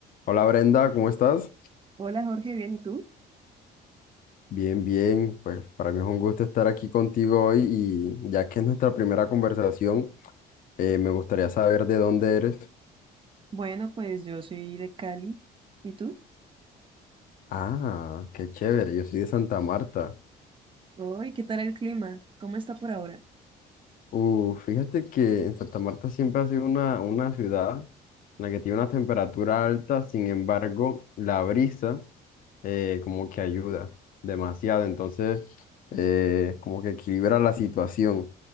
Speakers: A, on the left; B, on the right.
A: Hola Brenda, ¿cómo estás?
B: Hola Jorge, bien, ¿y tú?
A: Bien, bien, pues para mí es un gusto estar aquí contigo hoy y ya que es nuestra primera conversación, eh, me gustaría saber de dónde eres.
B: Bueno, pues yo soy de Cali. ¿Y tú?
A: Ah, qué chévere, yo soy de Santa Marta.
B: Hoy, ¿qué tal el clima? ¿Cómo está por ahora?
A: Uh, fíjate que en Santa Marta siempre ha sido una, una ciudad en la que tiene una temperatura alta, sin embargo, la brisa eh, como que ayuda demasiado, entonces eh, como que equilibra la situación.